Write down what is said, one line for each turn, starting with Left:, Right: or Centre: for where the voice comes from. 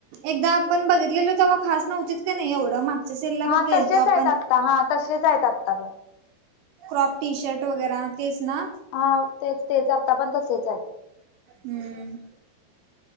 Right: एकदा आपण बघितलेलो तेवा खास नव्हतीत का नाय एवढं मा ते सेलला
Left: हा
Right: बघ
Left: तसेच
Right: गेलतो आपण
Left: आहेत आत्ता हा तसेच आहेत आत्ता पण
Right: क्राॅप टी-शर्ट वगैरा, तेच ना?
Left: हाव तेच तेच आता पण, तसेच आयेत.
Right: हम्म